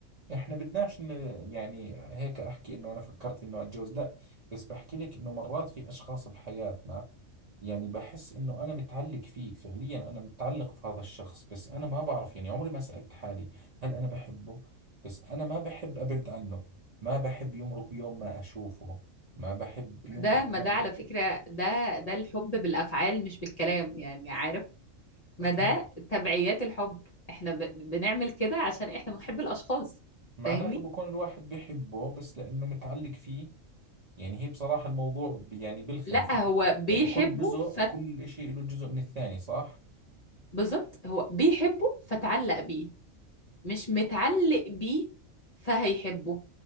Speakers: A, on the right; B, on the left.
A: احنا بدناش ن... يعني هيك احكي انه انا فكرت انه اتجوز لا بس بحكي لك انه مرات في اشخاص بحياتنا يعني بحس انه انا متعلق فيه فعليا انا متعلق في هذا الشخص بس انا ما بعرف يعني عمري ما سألت حالي هل انا بحبه بس انا ما بحب ابعد عنه ما بحب يمرق يوم ما اشوفه ما بحب يمرق
B: ده ما
A: يوم
B: ده على فكرة ده ده الحب بالافعال مش بالكلام يعني عارف ما
A: فهمت
B: ده تبعيات الحب احنا ب... بنعمل كده عشان احنا بنحب الاشخاص
A: معناته
B: فاهمني
A: بكون الواحد بحبه بس لانه متعلق فيه يعني هي بصراحة الموضوع ب- يعني بلخم
B: لا
A: فهمت؟
B: هو بيحبه
A: يعني كل جزء
B: فت...
A: كل اشي له جزء من الثاني صح
B: بالظبط هو بيحبه فتعلق بيه مش متعلق بيه فهيحبه